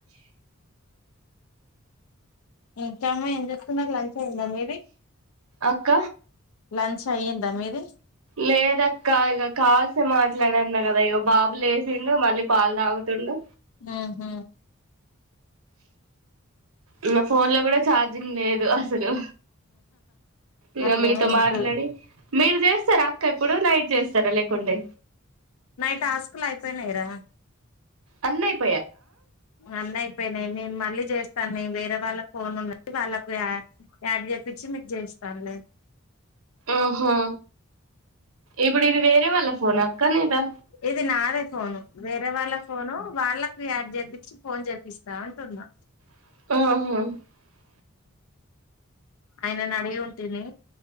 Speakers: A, on the left (about 85°); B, on the right (about 75°).
A: ఇంకామ్మ ఏం చేత్తన్నారు లంచ్ అయిందా మీది
B: అక్క
A: లంచ్ అయిందా మీది
B: లేదక్క ఇగ కాల్సు మాట్లాడన్నా కదా ఇగ బాబు లేసిండు మళ్ళీ పాల్ దాగుతుండు
A: మ్ హు
B: ఇంగా ఫోన్ లో గూడా చార్జింగ్ లేదు అసలు ఇగ
A: అట్లనే
B: మీతో
A: ఉంటది
B: మాట్లాడి మీరు చేస్తారా అక్క ఇప్పుడు నైట్ చేస్తారా లేకుంటే
A: నావి టాస్కులు అయిపోయినాయిరా
B: అన్ని అయిపో
A: అన్ని అయిపోయినాయి నేను మళ్ళీ చేస్తాను నేను వేరే వాళ్ళకు ఫోన్ ఉన్నది వాళ్ళకు యా యాడ్ జెపిచ్చి మీకు చేయిస్తాను లె
B: ఆహా ఇప్పుడు ఇది వేరే వాళ్ళ ఫోనా అక్క నిదా
A: ఇది నాదే ఫోను వేరే వాళ్ళ ఫోను వాళ్ళకి యాడ్ చేప్పించి ఫోన్ చేపిస్తా అంటున్నా
B: ఆహ
A: ఆయనడిగి ఉంటిని